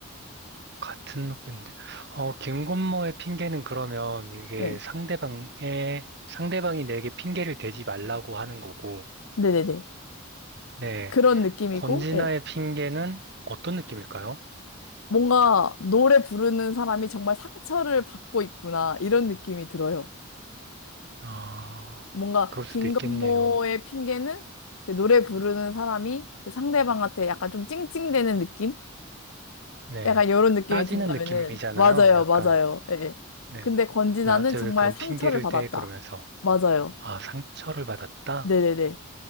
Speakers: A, on the right (about 50°); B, on the left (about 75°).
A: 같은 느낌인데. 어, 김건모의 핑계는 그러면 이게
B: 예.
A: 상대방의, 상대방이 내게 핑계를 대지 말라고 하는 거고.
B: 네네네.
A: 네.
B: 그런 느낌이고,
A: 권진아의
B: 예.
A: 핑계는 어떤 느낌일까요?
B: 뭔가 노래 부르는 사람이 정말 상처를 받고 있구나 이런 느낌이 들어요.
A: 아,
B: 뭔가
A: 그럴
B: 김건모의
A: 수도 있겠네요.
B: 핑계는 그 노래 부르는 사람이 그 상대방한테 약간 좀 찡찡대는 느낌?
A: 네.
B: 약간 이런 느낌이
A: 따지는
B: 든다면은
A: 느낌이잖아요.
B: 맞아요,
A: 약간.
B: 맞아요. 예. 예.
A: 네.
B: 근데 권진아는
A: 나한테
B: 정말
A: 왜 그런
B: 상처를
A: 핑계를
B: 받았다.
A: 대? 그러면서,
B: 맞아요.
A: 아, 상처를 받았다?
B: 네네네.